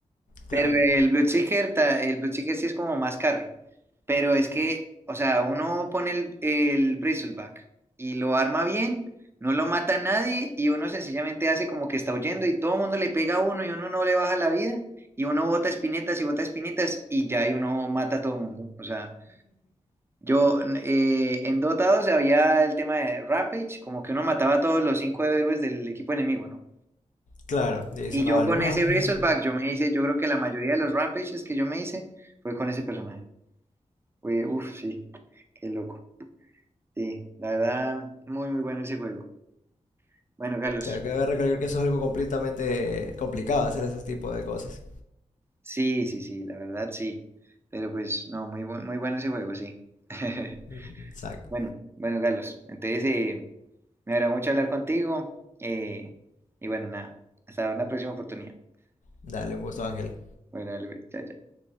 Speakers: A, on the right; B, on the left.
A: Pero
B: Claro.
A: el Bloodseeker, ta- el Bloodseeker sí es como más carry. Pero es que, o sea, uno pone el, el Bristleback y lo arma bien, no lo mata a nadie y uno sencillamente hace como que está huyendo y todo el mundo le pega a uno y uno no le baja la vida y uno bota espinetas y bota espinetas y ya y uno mata a todo el mundo. O sea, yo eh, en Dota 2 había el tema de Rampage, como que uno mataba a todos los cinco héroes del equipo enemigo, ¿no?
B: Claro, y ahí
A: Y
B: sonaba
A: yo con
B: el romper.
A: ese Razorback, yo me hice, yo creo que la mayoría de los Rampages que yo me hice fue con ese personaje. Fue, uf, sí, qué loco. Sí, la verdad, muy, muy bueno ese juego. Bueno, Carlos,
B: Te acabo de recalcar que eso es algo completamente complicado hacer ese tipo de cosas.
A: sí, sí, sí, la verdad, sí. Pero pues, no, muy, bu- muy bueno ese juego, sí. <laughs>
B: Ujú, Exacto.
A: Bueno, bueno, Carlos, entonces eh, me agradó mucho hablar contigo. eh, y bueno, nada, hasta una próxima oportunidad.
B: Dale, un gusto, Ángel.
A: Bueno, dale, pues, chao, chao.